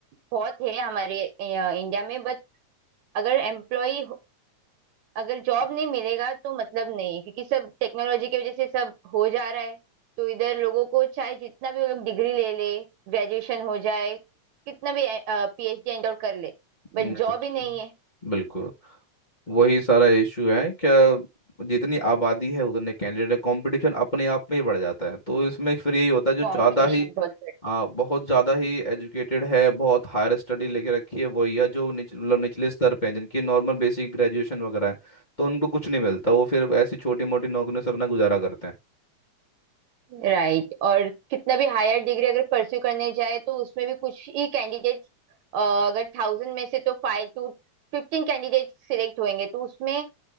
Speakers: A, on the right; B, on the left.
A: बहुत है हमारे अ, इंडिया में बट अगर एम्प्लॉय अगर जॉब नहीं मिलेगा तो मतलब नहीं है, क्योंकि सब टेक्नोलॉजी की वजह से सब हो जा रहा है तो इधर लोगों को चाहे जितना भी वो लोग डिग्री ले ले ग्रेजुएशन हो जाए कितना भी पीएचडी एंड आउट कर ले बट
B: exactly.
A: जॉब ही नहीं है
B: बिल्कुल वही सारा इशू है क्या जितनी आबादी है उतने कैंडिडेट कंपटीशन अपने आप में ही बढ़ जाता है तो इसमें फिर यही होता है जो
A: कंपटीशन
B: ज़्यादा ही
A: बहुत बढ़
B: आ, बहुत ज़्यादा ही एजुकेटेड है बहुत हायर स्टडी लेके रखी है वही है जो निच, मतलब निचले स्तर पे है जिनकी नॉर्मल बेसिक ग्रेजुएशन वगैरह है तो उनको कुछ नहीं मिलता वो फिर ऐसी छोटी मोटी नौकरियों से अपना गुजारा करते हैं
A: राइट और कितना भी हायर डिग्री अगर परस्यू करने जाए तो उसमें भी कुछ ही कैंडिडेट्स अगर थाउजेंड में से तो फाइव टू फिफ्टीन कैंडिडेट सिलेक्ट होंगे तो उसमें